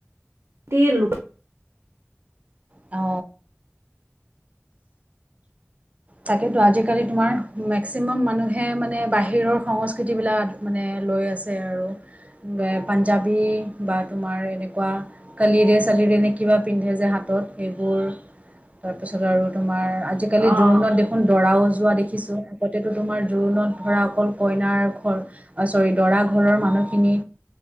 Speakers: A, on the right; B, on the right.
A: তিৰ, লোক
B: অ, তাকেতো, আজিকালি তোমাৰ মেক্সিমাম, মানুহে মানে বাহিৰৰ সংস্কৃতি বিলাক মানে লৈ আছে আৰু পাঞ্জাৱী বা তোমাৰ এনেকুৱা কালিৰে চালিৰে নে, কিবা পিন্ধে যে হাতত সেইবোৰ তাৰপিছত আৰু তোমাৰ আজিকালি
A: অ
B: জোৰোণত দেখো দেখোন দৰাও যোৱা দেখিছোঁ। আগতেতো তোমাৰ জোৰোণত ধৰা অকল কইনাৰ ঘৰ চৰি, দৰা ঘৰৰ মানুহখিনি